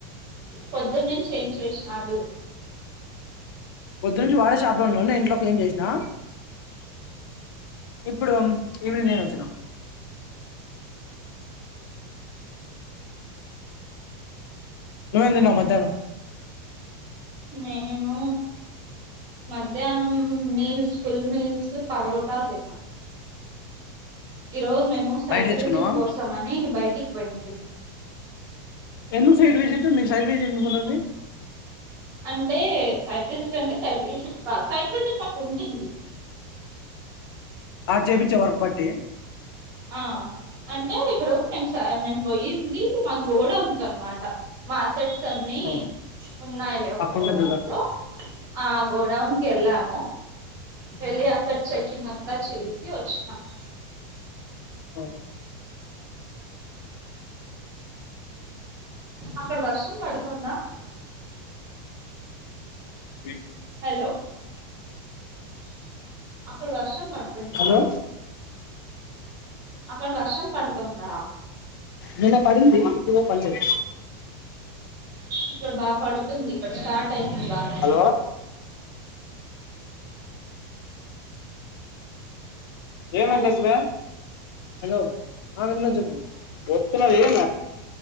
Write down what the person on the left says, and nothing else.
పొద్దునుంచి వాడే షాప్ లో ఉన్నాడు ఇంట్లో క్లీన్ చేసినా ఇప్పుడు ఈవినింగ్ నేను వచ్చిన నువేంది న్నావ్ మధ్యానం
బయట తెచ్చుకున్నావా
ఎందు సైడ్ విజిట్ మీకు సైడ్ విజిట్ ఎకుంటుంది
ఆక్షేపించ వర్క్ పట్టి
ఓ
అక్కడనే
చూద్దాం
ఆ
బ
హలో
నిన్న పడింది ఇరోజు పడలేదు
హలో ఏం
అకాతువ హలో ఆ విన్న చెప్పు వస్తున్నది ఏం